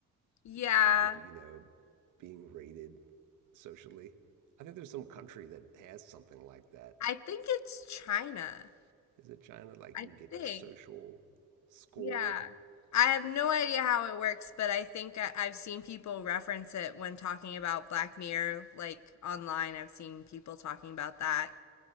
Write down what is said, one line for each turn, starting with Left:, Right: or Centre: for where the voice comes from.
Left: Yeah,
Right: like, you know, being rated socially. I think there's some country that has something like that.
Left: I think it's China.
Right: Is it China? Like
Left: I
Right: you can get
Left: think.
Right: a social score.
Left: Yeah. I have no idea how it works, but I think I, I've seen people reference it when talking about Black Mirror, like online. I've seen people talking about that,